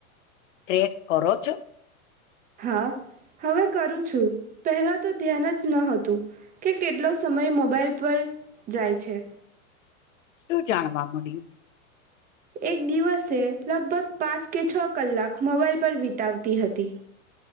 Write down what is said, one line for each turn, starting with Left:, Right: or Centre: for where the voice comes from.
Left: ટ્રેક કરો છો.
Right: હા હવે કરું છું. પહેલાં તો ધ્યાન જ ન હતું કે કેટલો સમય મોબાઈલ પર જાય છે.
Left: શું જાણવા મળ્યું.
Right: એક દિવસે લગભગ પાંચ કે છ કલાક મોબાઈલ પર વિતાવતી હતી.